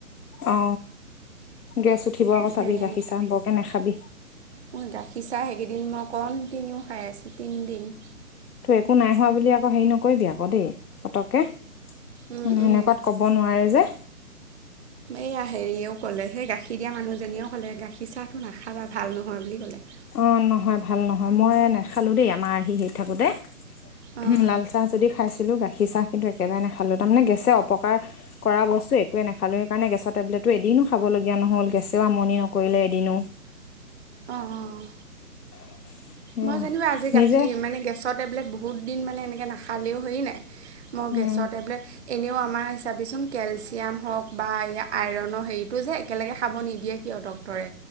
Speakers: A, on the left (about 75°); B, on the right (about 45°).
A: অ, গেছ উঠিব আকৌ
B: হেৰি
A: চাবি। গাখীৰ চা বৰকে নাখাবি।
B: গাখীৰ চা সেইকেইদিন মই কণ্টিনিউ খাই আছোঁ তিনিদিন।
A: তই একো নাই হোৱা বুলি আকৌ হেৰি নকৰিবি আকৌ দেই, পতককে।
B: উম
A: মানে
B: উম
A: এনেকুৱাত কব নোৱাৰে যে।
B: এইয়া হেৰিও ক'লে, সেই গাখীৰ দিয়া মানুহজনীয়েও ক'লে গাখীৰ চাহটো নাখাবা ভাল নহয় বুলি ক'লে।
A: অ, নহয়, ভাল নহয়, মই নাখালো দেই আমাৰ আহি, হেৰি থাকোতে।
B: অঁ
A: উ, লাল চাহ যদি খাইছিলো গাখ গখ চাহ কিন্তু একেবাৰে নেখালো, তাৰেছে অপকাৰ কৰা বস্তু একোবাৰে নেখালো সেইকাৰণেছৰ টেবলেটটো এদি কিনো খাবলগীয়া নহ'ল। গেছেও আমনি নকৰিলে এদিনো।
B: অ', অ'।
A: <unintelligible> সেয়া
B: মই জেনিবা আজি
A: নিজে
B: গাখীৰ মানে, গেছৰ টেবলেট বহুত দিন মানে এনেকৈ নাখালেও, হেৰি নাই। মোৰ
A: উম
B: গেছৰ টেবলেট এনেও আমাৰ চাবি চোন কেলচিয়াম হওক বা এই আইৰণৰ হেৰিটো যে একেলগে খাব নিদিয়ে, কিয় ডক্টৰে।